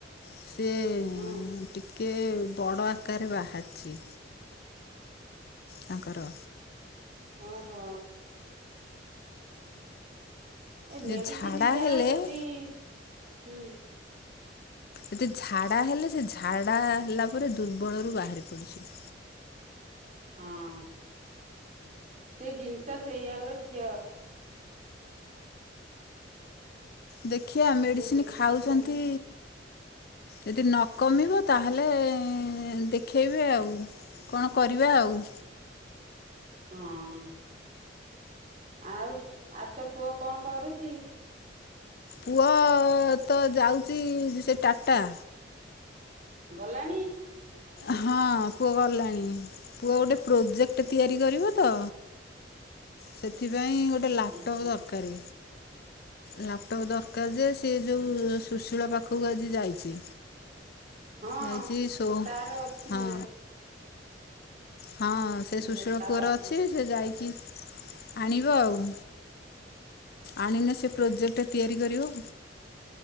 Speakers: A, on the left; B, on the right.
A: ସିଏ ଉଁ
B: ହଁ
A: ଟିକେ ବଡ଼ ଆକାରରେ ବାହାରିଛି। ତାଙ୍କର?
B: ଓ ହୋ। ଏଇ
A: ଯେ
B: ମେଡିସିନ
A: ଝାଡ଼ା
B: ଦ୍ଵାରା
A: ହେଲେ
B: ଯଦି ହୁଁ?
A: ଏତେ ଝାଡ଼ା ହେଲେ ସେ ଝାଡ଼ା ହେଲା ପରେ ଦୁର୍ବଳରୁ ବାହାରି ପଡୁଛି।
B: ହଁ। ସେ ଜିନିଷ ସେଇଆଲୋ ଝିଅ।
A: ଦେଖିଆ
B: ଟିକେ
A: ମେଡିସିନ
B: ବେତିକିଚା
A: ଖାଉଛନ୍ତି
B: ହେଲେ ହବ
A: ଯଦି ନକମିବ ତାହେଲେ ଦେଖେଇବେ ଆଉ କଣ କରିବା ଆଉ?
B: ହଁ। ଆଉ ଆଉ ତୋ ପୁଅ କଣ କରୁଚି?
A: ପୁଅ ତ ଯାଉଛି ସେ ଟାଟା।
B: ଗଲାଣି?
A: ହଁ ପୁଅ ଗଲାଣି ପୁଅ ଗୋଟେ ପ୍ରୋଜେକ୍ଟ ତିଆରି କରିବ ତ। ସେଥିପାଇଁ ଗୋଟେ ଲାପଟପ୍
B: ଓହୋ
A: ଦରକାର। ଲାପଟପ୍ ଦରକାର ଯେ ସିଏ ଯେଉଁ ସୁଶୀଳ ପାଖକୁ ଆଜି ଯାଇଛି?
B: ହଁ
A: ଯାଇଛିି ସୋ
B: ତାର ଅଛି
A: ହଁ।
B: ନେ
A: ହଁ ସେ
B: ନେ
A: ସୁଶୀଳ
B: ତା
A: ପୁଅର
B: ପାଖରୁ
A: ଅଛି ସେ ଯାଇକି ଆଣିବ ଆଉ। ଆଣିନେ ସେ ପ୍ରୋଜେକ୍ଟ ତିଆରି କରିବ।